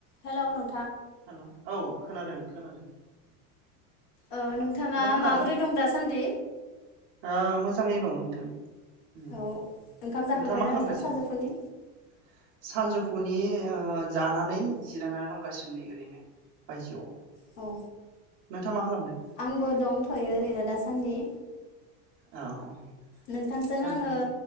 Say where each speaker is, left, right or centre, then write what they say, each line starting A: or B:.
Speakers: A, on the left; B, on the right.
A: हेलौ नों
B: हेलौ औ खोनादों खोनादों
A: ओ नोंथाङा
B: नोंथां खोनादों
A: माबोरै दं दासान्दि?
B: ओ मोजाङै दं नोंथां <unintelligible> उम
A: औ ओंखाम जाखांबायना
B: नोंथाङा मा खालामगासिनो
A: नोंथां सानजौफुनि?
B: सानजौफु फनि जानानै जिरायनानै दंगासिनो नै ओरैनो बायजोआव
A: औ
B: नोंथाङा मा खालामदों
A: आंबो दंथ'यो ओरैनो दासान्दि
B: औ
A: नोंथांजों
B: सानजौफु
A: आङो